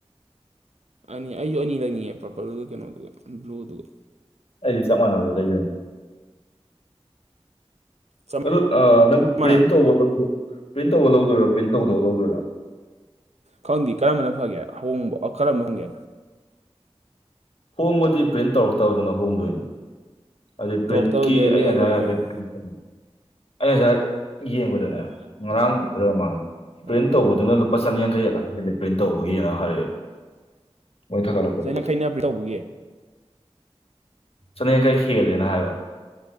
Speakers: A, on the right (about 80°); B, on the left (about 65°).
A: ꯑꯅꯤ ꯑꯩꯁꯨ ꯑꯅꯤ ꯂꯩꯅꯤꯡꯉꯦ ꯄꯔꯄꯜꯗꯨꯒ ꯀꯩꯅꯣꯗꯨꯒ ꯕ꯭ꯂꯨꯗꯨꯒ
B: ꯑꯩꯗꯤ ꯆꯞ ꯃꯥꯟꯅꯕꯗ ꯂꯩꯒꯅꯤ
A: ꯆꯞ
B: ꯑꯗ‌ꯣ ꯅꯪ ꯄ꯭ꯔꯤꯟ
A: ꯃꯥꯟꯅꯕ
B: ꯇꯧꯕ ꯂꯧꯗꯣꯏ <unintelligible> ꯄ꯭ꯔꯤꯟ ꯇꯧꯕ ꯂꯧꯗꯣꯏꯔꯣ ꯄ꯭ꯔꯤꯟ ꯇꯧꯗꯕ ꯂꯧꯗꯣꯏꯔꯣ
A: ꯈꯪꯗꯦ ꯀꯔꯝꯕꯅ ꯐꯒꯦ ꯑꯍꯣꯡꯕ ꯀꯔꯝꯕ ꯍꯣꯡꯒꯦ
B: ꯍꯣꯡꯕꯗꯤ ꯄ꯭ꯔꯤꯟ ꯇꯧꯔꯛꯇꯕꯗꯨꯅ ꯍꯣꯡꯗꯣꯏꯅꯤ ꯑꯗꯨ ꯄ꯭ꯔꯤꯟꯀꯤ
A: ꯇꯧꯔꯛꯇꯕ ꯂꯩꯔ
B: ꯑꯩ
A: ꯂꯩꯔ
B: ꯉꯁꯥꯏ
A: ꯂꯣꯏꯔꯦ
B: ꯍꯥꯏꯐ‌ꯦꯠ
A: ꯀꯩꯅꯣ
B: <inaudible> ꯑꯩ ꯉꯁꯥꯏ ꯌꯦꯡꯕꯗꯅꯦ
A: ꯎꯝ
B: ꯉꯔꯥꯡ <unintelligible> ꯑꯣꯏꯔ ꯃꯥꯜꯂ‌ꯦ ꯄ꯭ꯔꯤꯟ
A: ꯎꯝ
B: ꯇꯧꯕꯗꯨꯅ ꯂꯨꯄꯥ ꯆꯅꯤ ꯌꯥꯡꯈꯩ ꯑꯗꯥꯏ ꯍꯦꯜꯂ‌ꯦ ꯄ꯭ꯔꯤꯟ ꯇꯧꯕꯒꯤꯅ ꯍꯥꯏꯔꯛꯑ‌ꯦꯕ ꯃꯣꯏ ꯊꯥꯒꯠꯂꯛꯄꯗꯨꯗ
A: ꯆꯩꯅꯈꯩꯅ ꯄ꯭ꯔꯤꯟ ꯇꯧꯕꯒꯤ
B: ꯆꯅꯤꯌꯥꯡꯈꯩ ꯍꯦꯜꯂꯦꯅ ꯍꯥꯏꯕ